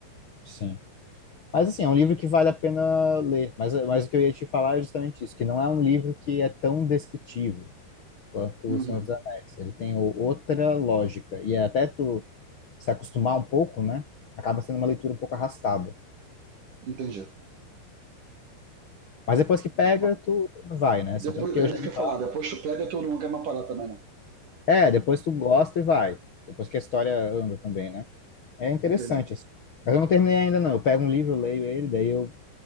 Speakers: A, on the left; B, on the right.
A: Sim. Mas assim, é um livro que vale a pena ler. Mas, mas o que eu ia te falar é justamente isso, que não é um livro que é tão descritivo quanto
B: Uhum.
A: O Senhor dos Anéis. Ele tem o- outra lógica. E é até tu se acostumar um pouco, né? Acaba sendo uma leitura um pouco arrastada.
B: Entendi.
A: Mas depois que pega,
B: Ma-
A: tu vai, né? Assim,
B: Depois,
A: tanto que eu
B: é
A: já
B: isso
A: li
B: que eu
A: vários.
B: ia falar, depois tu pega todo mundo quer uma parada também, né?
A: É, depois tu gosta e vai. Depois que a história anda também, né? É interessante,
B: Entendi.
A: assim. Mas eu não terminei ainda, não. Eu pego um livro, eu leio ele, daí eu.